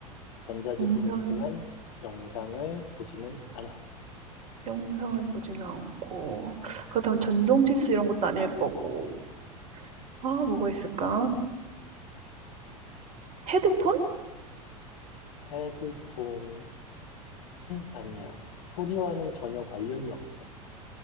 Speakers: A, on the left; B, on the right.
A: 전자제품이지만
B: 영상,
A: 영상을 보지는 않아.
B: 영상을 보지는 않고 그렇다면 전동 칫솔 이런 것도 아닐 거고. 아, 뭐가 있을까? 헤드폰?
A: 헤드폰은 아니야. 소리와는 전혀 관련이 없어.